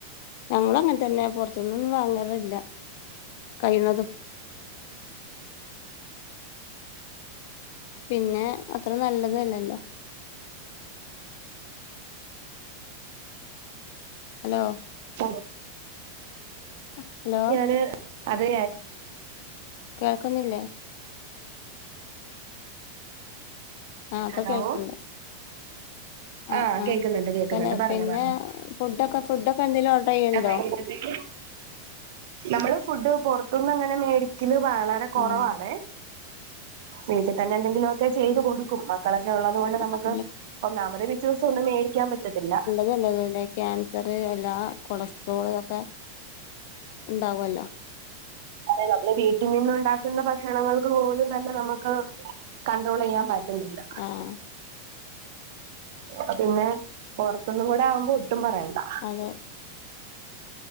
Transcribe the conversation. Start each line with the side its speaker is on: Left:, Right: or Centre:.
Left: ഞങ്ങള് അങ്ങനെ തന്നെ പുറത്ത്ന്നൊന്നും വാങ്ങറില്ല കഴിയണതും പിന്നെ അത്ര നല്ലതല്ലല്ലോ ഹലോ
Right: <unintelligible>
Left: ഹലോ
Right: <unintelligible> അതെ
Left: കേക്കുന്നില്ലേ ആഹ് ഇപ്പൊ
Right: ഹലോ
Left: കേൾക്കണ്ട്‌
Right: ആ
Left: ആഹ്
Right: കേൾക്കുന്നുണ്ട്
Left: ആഹ്
Right: കേൾക്കുന്നുണ്ട്
Left: പല
Right: പറഞ്ഞോ
Left: പിന്നെ
Right: പറഞ്ഞോ
Left: ഫുഡൊക്കെ ഫുഡൊക്കെ എന്തെലും ഓർഡർ ചെയ്യല്ണ്ടോ
Right: വൈകിട്ടത്തേക്ക് നമ്മള് ഫുഡ് പുറത്തുന്ന് അങ്ങന മേടി ക്കില് വളരെ കുറവാണെ
Left: ആഹ്
Right: വീട്ടി തന്നെ എന്തെങ്കിലുമൊക്കെ ചെയ്ത് കൊടുക്കും മക്കളൊക്കെ ഉള്ളത് കൊണ്ട് നമുക്ക്
Left: അങ്ങനെ
Right: ഒന്നാമതെ വിശ്വസിച്ച് ഒന്നും മേടിക്കാൻ പറ്റത്തില്ല
Left: അതല്ലല്ലല്ലേ ക്യാൻസർ അല്ലാ കൊളസ്ട്രോൾ ഒക്കെ ഉണ്ടാവു അല്ലോ
Right: അതെ നമ്മളെ വീട്ടിൽ നിന്നുണ്ടാക്കുന്ന ഭക്ഷണങ്ങൾക്ക് പോലും തന്നെ നമുക്ക് കൺണ്ട്രോൾ ചെയ്യാൻ പറ്റുന്നില്ല
Left: ആഹ്
Right: അപ്പൊ പിന്നെ പുറത്തൊന്നും കൂടെ ആവുമ്പോ ഒട്ടും പറയണ്ട
Left: ആന്ന്